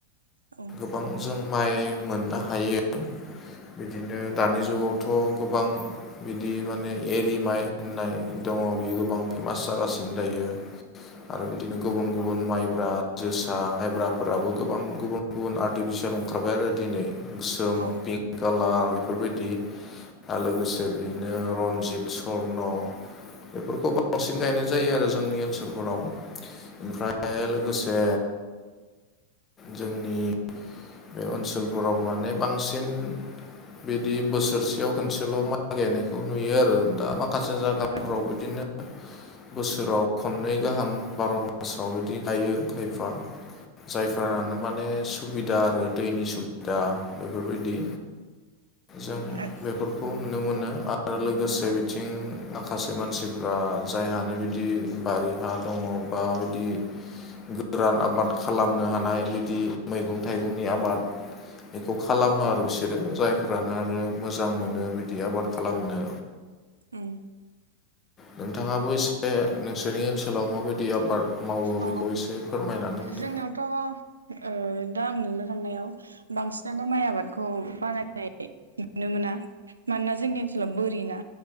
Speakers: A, on the right; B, on the left.
A: औ
B: गोबां जों माइ मोननो हायो। बिदिनो दानि जुगावथ' गोबां बिदि माने एरि माइ होननाय दंङ बियो गोबां फेमास जागासिनो दायो। आरो बिदिनो गुबुन गुबुन माइब्रा जोसा माइब्राफोराबो गोबां गुबुन गुबुन आर्टिफिसियेल ओंखारबाय आरो दिनै। गोसोम
A: अ औ
B: पिंक कालार बेफोरबायदि। आरो लोगोसे बिदिनो रन्जित सर्न। बेफोरखौ बांसिन गायनाय जायो आरो जोंनि ओनसोलफोराव। ओमफ्राय लोगोसे जोंनि बे ओनसोलफोराव माने बांसिन बिदि बोसोरसेयाव खनसेल' मागायनायखौ नुयो आरो दा माखासे जागा
A: औ
B: फ्राव बिदिनो बोसोराव खननै गाहाम बार' मासाव बिदि गायो खायफा। जायफोरानो माने सुबिदा आरो दैनि सुबिदा बेफोरबायदि। जों
A: औ
B: बेफोरखौ नुनो मोनो आरो लोगोसे बिथिं माखासे मानसि बा जायहानो बिदि बारि हा दंङ बा बिदि गोरान आबाद खालामनो हानाय बिदि मैगं थाइगंनि आबाद बेखौ खालामो आरो बिसोरो जायफोरानो आरो मोजां मोनो बिदि आबाद खालामनो।
A: उम
B: नोंथांङाबो एसे नोंसोरनि ओनसोलाव माबायदि आबाद मावो
A: अ
B: बेखौ एसे फोरमायनानै होदो
A: जोंनियावथ' दा आं नुनो थांनायाव बांसिनानो माइ आबादखौ बानायनाय नुनो मोना। मानोना जोंनि ओनसोलाव बोरि ना।